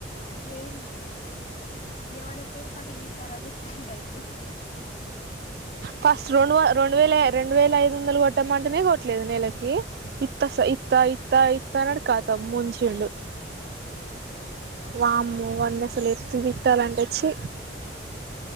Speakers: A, on the left (about 40°); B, on the right (about 55°).
A: వెయిను ఏమనా తిను ఫస్ట్ ఇ తర్వాత ఇతంటే అయిపో
B: ఫస్ట్ రెండు రెండు వేల రెండు వేల ఐదు వందలు కొట్టమంటేనే కొట్టలేదు నెలకి ఇత్త స ఇత్త ఇత్త ఇత్త ఖతం ముంచిండు
A: ఉమ్
B: వామ్మో వాన్నసాలు ఎతు విట్టాల అంటెచి